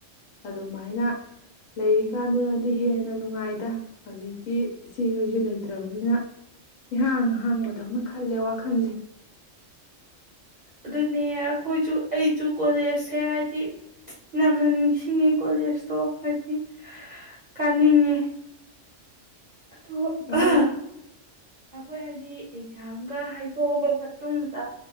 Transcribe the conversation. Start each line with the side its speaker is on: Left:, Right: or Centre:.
Left: ꯑꯗꯨꯃꯥꯏꯅ ꯂꯩꯔꯤꯀꯥꯟꯗꯨꯗꯗꯤ ꯍꯦꯟꯅ ꯅꯨꯡꯉꯥꯏꯗ ꯍꯧꯖꯤꯛꯇꯤ ꯏꯆꯦꯈꯣꯏꯁꯨ ꯂꯩꯇ꯭ꯔꯕꯅꯤꯅ ꯏꯍꯥꯡ ꯍꯥꯡꯕꯗꯧꯅ ꯈꯜꯂꯦ ꯋꯥꯈꯜꯁꯦ
Right: ꯑꯗꯨꯅꯦ ꯑꯩꯈꯣꯏꯁꯨ ꯑꯩꯁꯨ ꯀꯣꯂꯦꯖꯁꯦ ꯍꯥꯏꯗꯤ ꯌꯥꯝꯅ ꯅꯤꯡꯁꯤꯡꯉꯦ ꯀꯣꯂꯦꯖꯇꯣ ꯍꯥꯏꯗꯤ ꯀꯥꯅꯤꯡꯉꯦ ꯑꯣ
Left: ꯑꯗꯨ
Right: ꯑ ꯑꯩꯈꯣꯏ ꯍꯥꯏꯗꯤ ꯑꯦꯛꯖꯥꯝꯒ ꯍꯥꯏꯗꯣꯛꯑꯕ ꯃꯇꯨꯡꯗ